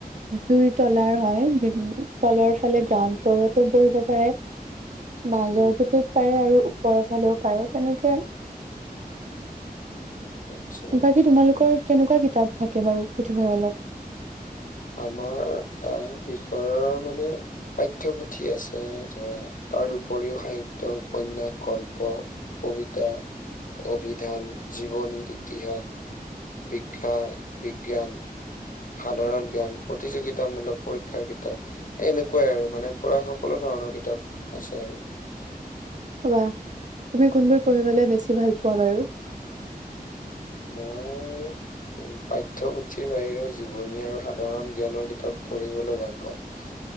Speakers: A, on the right; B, on the left.
A: দুই তলাৰ হয় <unintelligible> তলৰ ফালে গ্ৰাউণ্ড ফ্ল'ৰতো বহিব পাৰে।
B: <inaudible>
A: মাজৰটোতো
B: উম হম
A: পাৰে আৰু ওপৰৰ ফালেও পাৰে। তেনেকে
B: আচ্ছা
A: বাকী তোমালোকৰ কেনেকুৱা কিতাপ থাকে বাৰু পুথিভঁৰালত?
B: আমাৰ আ বিষয়ৰ মানে পাঠ্যপুথি আছে ধৰা তাৰ উপৰিও সাহিত্য, উপন্যাস, গল্প কবিতা, অভিধান, জীৱনী, ইতিহাস শিক্ষা, বিজ্ঞান সাধাৰণ জ্ঞান, প্ৰতিযোগিতামূলক পৰীক্ষাৰ কিতাপ এনেকুৱাই আৰু মানে পুৰা সকলো ধৰণৰ কিতাপ আছে আৰু।
A: কোৱা, তুমি কোনবোৰ পঢ়িবলে বেছি ভাল পোৱা বাৰু?
B: ম পাঠ্যপুথিৰ বাহিৰেও জীৱনী আৰু সাধাৰণ জ্ঞানৰ কিতাপ পঢ়িবলে ভাল পাওঁ।